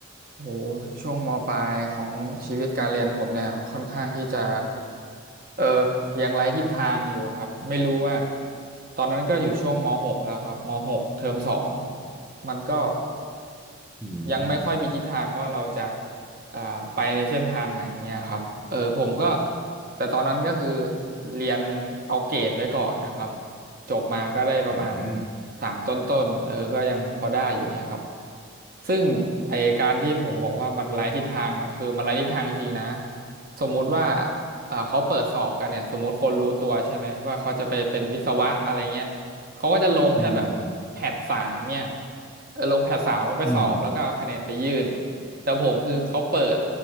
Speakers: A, on the right; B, in the centre.
A: โอ้ช่วงมปลายของชีวิตการเรียนผมเนี่ยค่อนข้างที่จะเออยังไร้ทิศทางอยู่ครับไม่รู้ว่าตอนนั้นก็อยู่ช่วงมหกแล้วครับมหกเทอมสองมันก็
B: อืม
A: ยังไม่ค่อยมีทิศทางว่าเราจะอ่าไปในเส้นทางไหนเนี่ยครับเออผมก็แต่ตอนนั้นก็คือเรียนเอาเกรดไว้ก่อนนะครับ จบมาก็ได้ประมาณ
B: อืม
A: สามต้นๆเออก็ยังพอได้อยู่เนี่ยครับ ซึ่งไอการที่ผมบอกว่ามันไร้ทิศทางเนี่ยคือมันไร้ทิศทางจริงๆนะสมมุติว่าเอ่อเขาเปิดสอบกันเนี่ยสมมุติคนรู้ตัวใช่ไหมว่าเขาจะไปเป็นวิศวะอะไรเงี้ยเขาก็จะลงแค่แบบแพทสามเนี่ย
B: อืม
A: เออลงแพทสามแล้วไปสอบแล้วก็เอาคะแนนไปยื่น
B: อืม
A: แต่ผมคือเขาเปิด